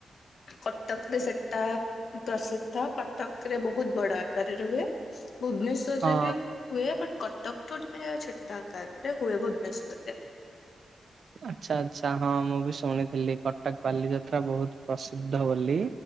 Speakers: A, on the left (about 55°); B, on the right (about 55°).
A: କଟକରେ ସେଟା ପ୍ରସିଦ୍ଧ କଟକରେ ବହୁତ ବଡ଼ ଆକାରରେ ରୁହେ। ଭୁବନେଶ୍ୱର
B: ହଁ
A: ରରେ ବି ହୁଏ ବଟ୍ କଟକ ଠୁ ଟିକେ ଛୋଟ ଆକାରରେ ହୁଏ ଭୁବନେଶ୍ୱରରେ।
B: ଆଚ୍ଛା ଆଚ୍ଛା ହଁ ମୁଁ ବି ଶୁଣିଥିଲି କଟକ ବାଲିଯାତ୍ରା ବହୁତ ପ୍ରସିଦ୍ଧ ବୋଲି।